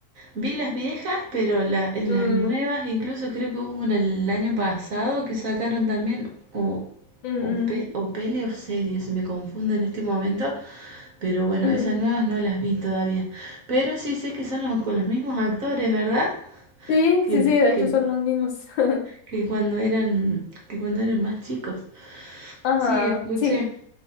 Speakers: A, on the right; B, on the left.
A: Vi las viejas, pero la- eh, las
B: Mm,
A: nuevas, incluso creo que hubo una el año pasado que sacaron también, o,
B: mm,
A: o, pe- o peli o serie, se me confunde en este momento, pero bueno,
B: ujú.
A: esas nuevas no las vi todavía. Pero sí sé que son los- con los mismos actores, ¿verdad?
B: Sí,
A: Que,
B: sí,
A: la-
B: sí, de hecho
A: que,
B: son los mismos. <laughs>
A: que cuando eran, que cuando eran más chicos.
B: Ajá,
A: Sí, escuché,
B: sí,